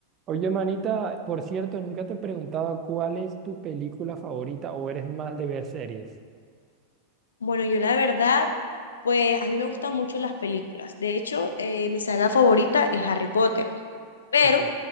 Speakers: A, on the right (about 30°); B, on the left (about 70°).
A: Oye, manita, por cierto, nunca te he preguntado cuál es tu película favorita o eres más de ver series.
B: Bueno, yo la verdad, pues a mí me gustan mucho las películas. De hecho, eh, mi saga favorita es Harry Potter, pero
A: Ok.